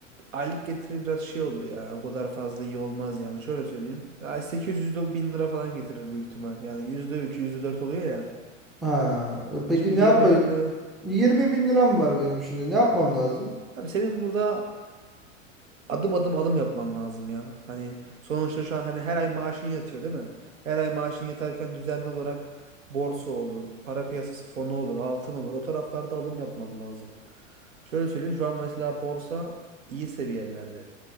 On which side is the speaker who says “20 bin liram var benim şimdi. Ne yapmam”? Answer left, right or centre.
Centre